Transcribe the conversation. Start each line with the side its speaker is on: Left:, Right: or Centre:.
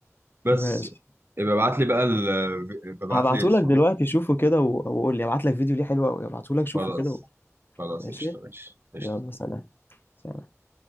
Right: بس
Left: <laughs> ماشي
Right: يبقى ابعت لي بقى ال... ابعت
Left: هبعتهولك
Right: لي اسمه
Left: دلوقتي شوفه كده و- وقول لي هبعت لك فيديو ليه حلو قوي هبعتهولك شوفه
Right: خلاص
Left: كده و...
Right: خلاص
Left: ماشي
Right: قشطه ماشي قشطه
Left: يلا سلام سلام